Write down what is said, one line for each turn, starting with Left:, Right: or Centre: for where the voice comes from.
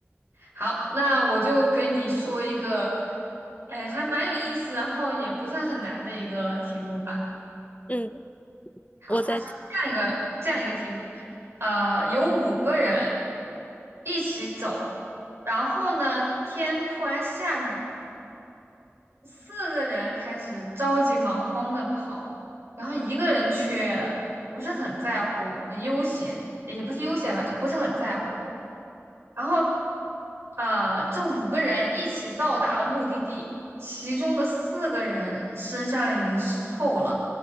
Right: 好，那我就给你说一个，哎，还蛮有意思，然后也不算很难的一个题目吧。
Left: 嗯，
Right: 好，
Left: 我在听。
Right: 它是这样一个这样一个题目，呃，有五个人一起走，然后呢，天突然下雨。四个人开始着急忙慌的跑，然后一个人却不是很在乎，很悠闲，也不是悠闲吧，就不是很在乎。然后，呃，这五个人一起到达了目的地，其中的四个人身上已经湿透了，